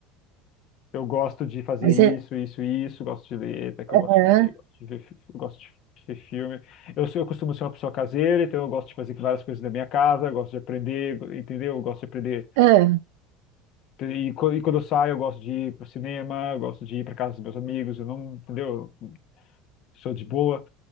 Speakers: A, on the left; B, on the right.
A: eu gosto de fazer
B: Aí
A: isso,
B: você,
A: isso, isso. Gosto de ler, até que eu
B: aham,
A: gosto de ler, gosto de ver, fi- eu gosto de ver filme. Eu, sou- eu costumo ser uma pessoa caseira, então eu gosto de fazer várias coisas da minha casa, eu gosto de aprender, entendeu? Eu gosto de aprender
B: ah,
A: E, co- e quando eu saio, eu gosto de ir pro cinema, eu gosto de ir pra casa dos meus amigos, eu não, entendeu? Eu Sou de boa,